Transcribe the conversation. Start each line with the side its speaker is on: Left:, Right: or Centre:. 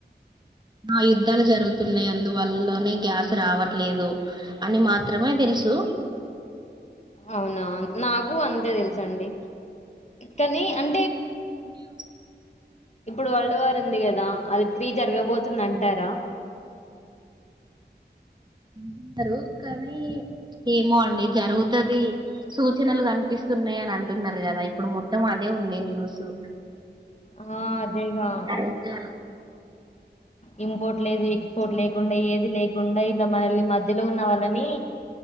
Right: ఆ యుద్ధాలు జరుగుతున్నాయి అందువల్లనే గ్యాస్ రావట్లేదు అని మాత్రమే తెలుసు
Left: అవునా నాకు అంతే తెలుసండి కానీ అం
Right: న్యూస్
Left: ఇప్పుడు వరల్డ్ వార్ ఉంది కదా అది త్రీ జరగబోతుంది
Right: అవును
Left: అంటారా
Right: అంటున్నరు కానీ ఏమో అండి జరుగుతది సూచనలు కనిపిస్తున్నాయి అని అంటున్నారు కదా ఇప్పుడు మొత్తం అదే ఉంది న్యూసు
Left: ఆ అదేగా
Right: జరుగుతదా
Left: ఇంపోర్ట్ లేదు ఎక్స్పోర్ట్ లేకుండా ఏది లేకుండా ఇలా మనల్ని మధ్యలో ఉన్న వాళ్ళని